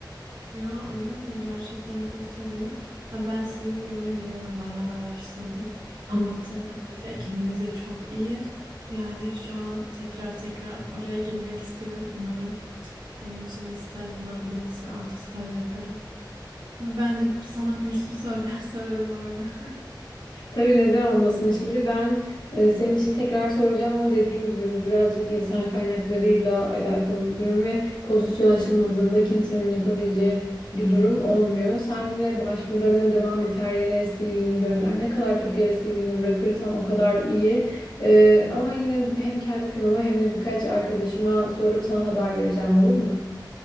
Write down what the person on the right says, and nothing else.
Ya öyle mi? Gerçekten çok sevindim. Ha, ben sizin firmayı biliyorum. Bayağı da araştırdım. Anlattığın
kadarıyla ekibiniz de çok iyi. Yani şu an tekrar tekrar oraya girmek istiyorum. Umarım benim için bir staj bulabiliriz ve orada staj yaparım. Ben de sana bir sürü sorular <laughs> sorarım orada. <laughs>